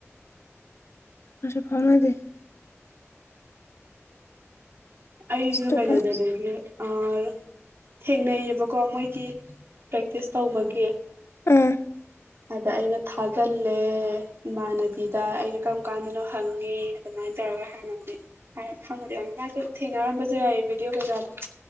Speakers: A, on the left; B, on the right.
A: ꯃꯥꯁꯨ ꯐꯥꯎꯅꯗꯦ
B: ꯑꯩꯖꯨ
A: ꯑꯁ ꯇꯧꯐꯝ
B: ꯀꯩꯅꯣꯗ ꯂꯦꯒꯤ ꯑꯥ ꯔ ꯊꯦꯡꯅꯩꯌꯦꯕꯀꯣ ꯃꯣꯏꯒꯤ ꯄ꯭ꯔꯦꯛꯇꯤꯁ ꯇꯧꯕꯒꯤ
A: ꯎꯝ
B: ꯑꯗ ꯑꯩꯅ ꯊꯥꯖꯜꯂꯦ ꯏꯃꯥꯟꯅꯕꯤꯗ ꯑꯩꯅ ꯀꯔꯝ ꯀꯥꯟꯗꯅꯣ ꯍꯪꯉꯦ ꯑꯗꯨꯃꯥꯏꯅ ꯇꯧꯔꯒ ꯍꯥꯟꯅꯕꯨꯗꯤ ꯍꯥꯏꯔ ꯈꯪꯕꯨꯗꯤ ꯈꯪꯅꯤ ꯃꯥꯁꯨ ꯊꯦꯡꯅꯔꯝꯕꯁꯨ ꯌꯥꯏꯌꯦ ꯕꯤꯗꯤꯑꯣ ꯀꯩꯀꯥꯗꯣ